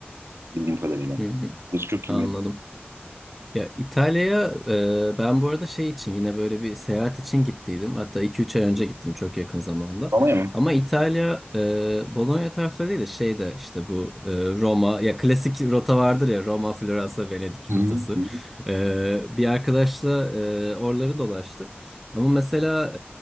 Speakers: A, on the right; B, in the centre.
A: bildiğim kadarıyla.
B: hı hı.
A: Burası çok
B: Anladım.
A: iyi bir üniversite.
B: Ya İtalya'ya e, ben bu arada şey için yine böyle bir seyahat için gittiydim. Hatta iki üç ay önce gittim çok yakın zamanda.
A: Roma'ya mı?
B: Ama İtalya e, Bologna tarafları değil de şeyde işte bu e, Roma ya klasik rota vardır ya Roma, Floransa, Venedik
A: Hı hı.
B: rotası.
A: Hı
B: E, bir arkadaşla e, oraları dolaştık. Ama mesela